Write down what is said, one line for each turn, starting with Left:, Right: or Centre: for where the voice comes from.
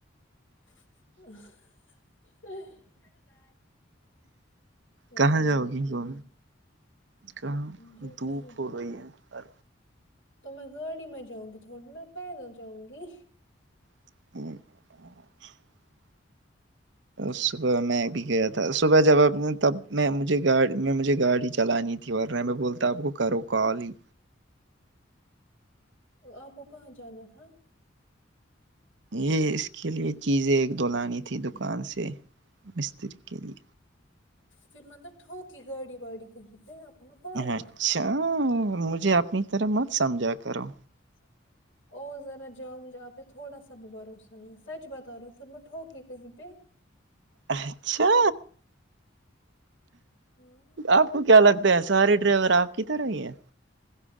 Left: <unintelligible> میں
Right: کہاں
Left: ابھی
Right: جاؤ
Left: نکلوں
Right: گی کو کہاں
Left: مجھے
Right: دھوپ
Left: کہیں
Right: ہو
Left: بھی
Right: رہی ہے ہر
Left: تو میں گاڑی میں جاؤں گی تھوڑی میں پیدل جاؤں گی
Right: <unintelligible> صبح میں بھی گیا تھا صبح جب آپ تب میں مجھے گاڑی میں مجھے گاڑی چلانی تھی ورنہ میں بولتا آپ کو کرو کال ہی
Left: آپ کو کہاںاں جانت ہ <unintelligible>
Right: یہ اس کے لیے چیزیں ایک دو لانی تھی دکان سے مستری کے لیے
Left: پھر مطلب ٹوکی گاڑی واڑی کہیں پہ آپ پاگل
Right: اچھا مجھے اپنی طرف مت سمجھا کرو
Left: <unintelligible> او ذرا جاؤ مجھے آپہ تھوڑا سا بھی بھروسہ نہیں ہے سچ بتا رہی ہوں پھر میں ٹھوکے کہیں پہ
Right: اچھا
Left: ہاں
Right: آپ کو کیا لگتا ہے سارے ڈرائیور آپ کی طرح ہی ہیں